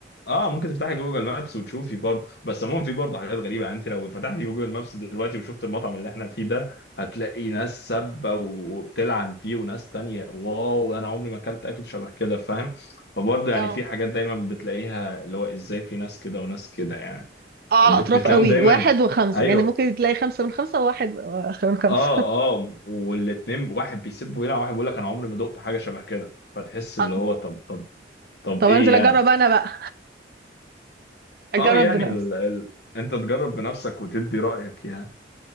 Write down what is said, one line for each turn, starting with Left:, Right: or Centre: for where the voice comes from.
Left: اه ممكن تفتحي جوجل مابس وتشوفي برضه بس عموما في برضه حاجات غريبه يعني انت لو فتحتي جوجل مابس دلوقتي وشفت المطعم اللي احنا فيه ده هتلاقي ناس سابه وبتلعن فيه وناس تانية واو انا عمري ما اكلت اكل شبه كده فاهم فبرضه
Right: اه
Left: يعني في حاجات دايما بتلاقيها اللي هو ازاي في ناس كده وناس كده يعني
Right: اه على
Left: بت-
Right: اطراف
Left: بتلاقيهم
Right: قوي
Left: دايما
Right: واحد وخمسه
Left: ايوه
Right: يعني ممكن تلاقي خمسه من خمسه وواحد من خمسه
Left: اه اه والاتنين واحد بيسب ويلعن واحد بيقول لك انا عمري ما دقت حاجه شبه كده فتحس
Right: اه
Left: اللي هو طب طب طب
Right: طب
Left: ايه
Right: انزل
Left: يعني
Right: اجرب انا بقى اجرب
Left: اه يعني
Right: بنفسي
Left: ال... ال... انت تجرب بنفسك وتدي رأيك يعني